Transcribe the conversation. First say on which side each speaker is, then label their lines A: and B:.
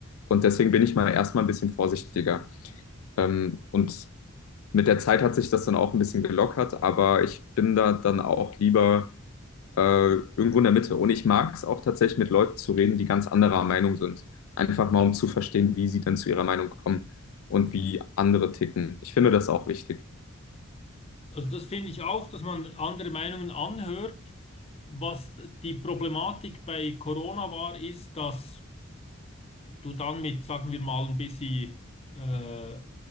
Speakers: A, on the left; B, on the left.
A: Und deswegen bin ich mal erstmal ein bisschen vorsichtiger. Ähm, und mit der Zeit hat sich das dann auch ein bisschen gelockert, aber ich bin da dann auch lieber äh, irgendwo in der Mitte. Und ich mag es auch tatsächlich mit Leuten zu reden, die ganz anderer Meinung sind. Einfach mal, um zu verstehen, wie sie dann zu ihrer Meinung kommen und wie andere ticken. Ich finde das auch wichtig.
B: Also das finde ich auch, dass man andere Meinungen anhört. Was die Problematik bei Corona war, ist, dass du dann mit, sagen wir mal, ein bisschen äh,